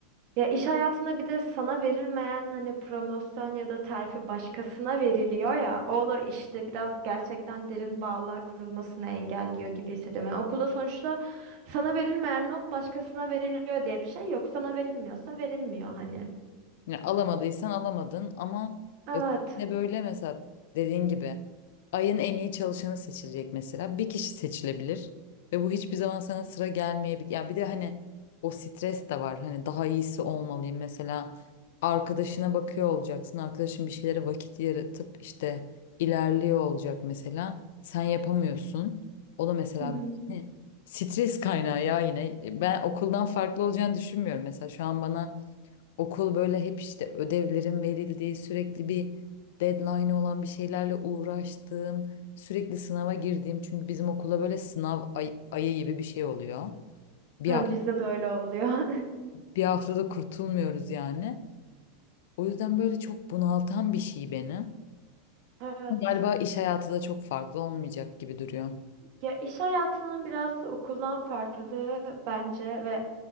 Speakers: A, on the right; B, on the left.
A: Ya iş hayatında bir de sana verilmeyen hani promosyon ya da terfi başkasına veriliyor ya. O da işte biraz gerçekten derin bağlar kurulmasını engelliyor gibi hissediyorum. Yani okulda sonuçta sana verilmeyen not başkasına veriliyor diye bir şey yok. Sana verilmiyorsa verilmiyor hani.
B: Yani alamadıysan alamadın ama
A: Evet.
B: ötekinde böyle mesela dediğin gibi ayın en iyi çalışanı seçilecek mesela. Bir kişi seçilebilir ve bu hiçbir zaman sana sıra gelmeyebilir. Ya bir de hani o stres de var. Hani daha iyisi olmalıyım mesela arkadaşına bakıyor olacaksın. Arkadaşın bir şeylere vakit yaratıp işte ilerliyor olacak mesela. Sen yapamıyorsun. O da mesela
A: Hı hı.
B: hani stres kaynağı ya yine. Ben okuldan farklı olacağını düşünmüyorum mesela şu an bana Okul böyle hep işte ödevlerin verildiği, sürekli bir deadline olan bir şeylerle uğraştığım, sürekli sınava girdiğim. Çünkü bizim okula böyle sınav ay- ayı gibi bir şey oluyor. Bir
A: Ha,
B: hafta,
A: bizde de öyle oluyor. <laughs>
B: bir haftada kurtulmuyoruz yani. O yüzden böyle çok bunaltan bir şey beni.
A: Evet.
B: Ama Galiba iş hayatı da çok farklı olmayacak gibi duruyor.
A: Ya iş hayatının biraz okuldan farklılığı bence ve